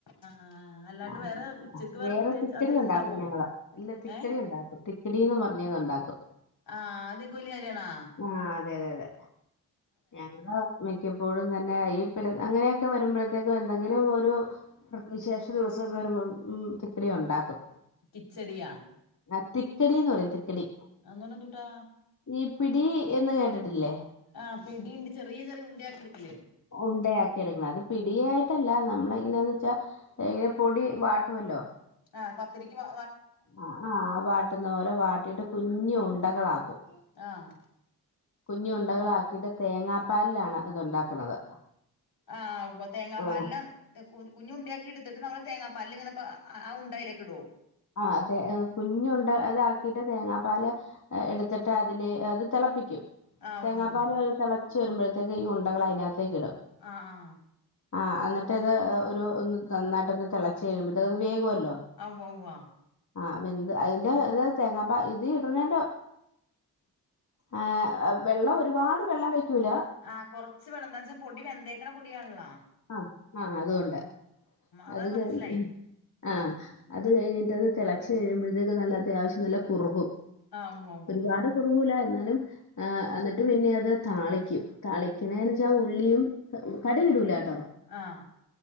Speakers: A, on the left (about 70°); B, on the left (about 45°).
A: ആഹ് അല്ലാണ്ട്
B: ആ
A: വേറെ ഉച്ചക്ക്
B: വേറെ
A: പ്രത്യേകിച്ച്
B: തിക്കടിയ
A: അതന്നെ
B: ഉണ്ടാക്കും
A: ഇണ്ടാവോ
B: ഞങ്ങള് ഇല്ല തിക്കടി
A: ഏഹ്
B: ഉണ്ടാക്കും തിക്കടിയന്ന് പറഞ്ഞ അത്ണ്ടാക്കും
A: ആഹ് അതെങ്ക വലിയ കാര്യണോ
B: ആഹ് അതെ അതെ അതെ ഞങ്ങള് മിക്കപ്പോഴും തന്നെ ഈ അങ്ങനെയൊക്കെ വരുമ്പോഴത്തേക്കും എന്തെങ്കിലും ഒരു വിശേഷ ദിവസംക്കെ വരുമ്പോ ഇ തിക്കടി ഉണ്ടാക്കും
A: കിച്ചടിയ
B: ആഹ് തിക്കടീന്ന് പറയും തിക്കടി
A: അങനെന്തൂട്ടാ
B: ഈ പിടീ എന്ന് കേട്ടിട്ടില്ലേ
A: ആഹ് പിടീണ്ട് ചെറിയ ചെറിയ ഉണ്ടയാക്കി എടുക്കിലേ
B: ഉണ്ടയാക്കി എടുക്കണം അത് പിടിയായിട്ടല്ല നമ്മളെങ്ങനാന്ന് വെച്ചാൽ എങ്ങനെ പൊടി വാട്ടുവല്ലോ
A: ആ പത്തിരിക്ക് വാ
B: അ ആ വാട്ട്ന്ന പോല വാട്ടീട്ട് കുഞ്ഞു ഉണ്ടകളാക്കും
A: ആഹ്
B: കുഞ്ഞുണ്ടകളാക്കീട്ട് തേങ്ങാപ്പാലാണ് ഇതുണ്ടാക്കണത്
A: ആഹ് ഉവ്വ തേങ്ങാപാല്ലാണ്
B: ആ
A: കുഞ്ഞുണ്ടയാക്കി എടുത്തിട്ട് നമ്മള് തങ്ങാ പാലിങ്ങനെ പ അ അ ഉണ്ട അയിലേക്കിടും
B: ആ അതെ കുഞ്ഞുണ്ട അതാക്കീട്ട് തേങ്ങാപ്പാല് എടുത്തിട്ട് അതില് അത് തെളപ്പിക്കും
A: ആഹ് ഉവ്വ
B: തേങ്ങാപ്പാല്
A: ഉവ്വ
B: തെളച്ചു വെരുമ്പഴ്ത്തേക്ക് ഈ ഉണ്ടകള് അതിനാത്തേക്കിടും
A: അ ആ
B: ആഹ് എന്നിട്ട് ഇത് ഒരു ഒന്ന് നന്നായിട്ട് ഒന്ന് തെളച്ച കഴിയുമ്പഴ്ത്തേക്ക് അത് വേവൂല്ലോ
A: ഔവോവ
B: ആഹ് വെന്ത് അതിന്റെ ഇത് തേങ്ങാപ്പ ഇത് ഇടണേന്റ ആ വെള്ളം ഒരുപാട് വെള്ളം വെക്കൂല
A: ആഹ് കൊറച്ച് വള്ളം എന്താന്ന് വെച്ചാ പൊടി വെന്തേക്കണ പൊടിയാണല്ല
B: ആഹ് ആഹ് അതോണ്ട്
A: അതാ
B: അത്
A: മനസ്സിലായി
B: കഴിഞ്ഞ് ആ അത് കഴിഞ്ഞിട്ടന്ന് തെളച്ചു കഴിയുമ്പഴ്ത്തേക്ക് നല്ല അത്യാവശ്യം നല്ല കുറുകും
A: ആഹ് ഉവ്വ ഉവ്വ
B: ഒരുപാട്
A: ഉവ്വ
B: കുറുകൂല എന്നാലും ആ എന്നിട്ട് പിന്നെ അത് താളിക്കും താളിക്കണേന്ന് വെച്ചാ ഉള്ളിയും കടുകിടൂല ട്ടൊ
A: ആഹ്